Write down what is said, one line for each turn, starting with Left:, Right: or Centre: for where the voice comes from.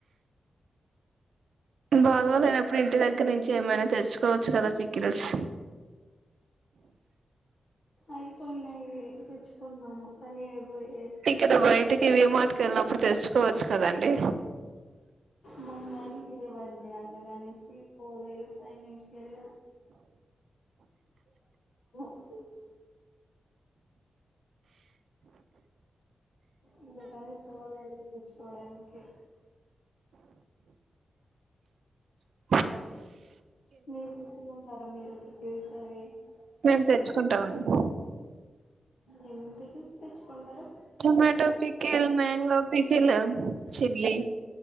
Right: బాగోలేనప్పుడు ఇంటి దగ్గర నుంచి ఏమైనా తెచ్చుకోవచ్చు కదా పికిల్స్
Left: అయిపోయినాయి తెచ్చుకున్నాము కానీ అయిపోయి
Right: ఇక్కడ బయటికి, వి మార్ట్ కి వెళ్ళినప్పుడు తెచ్చుకోవచ్చు కదండి
Left: మాకు మనీ లేవ్వండి అందుకనేసి పోలేదు ఫైనాన్షియల్ <unintelligible> అందుకని పోలేదు తెచ్చుకోవడానికి
Right: బ
Left: మీరు తెచ్చకుంటారు మీరు <unintelligible>
Right: మేము తెచ్చుకుంటామండి
Left: ఏమేమి పికిల్స్ తెచ్చుకుంటారు
Right: టొమాటో పికిల్, మ్యాంగో పికిలు తెచ్చింది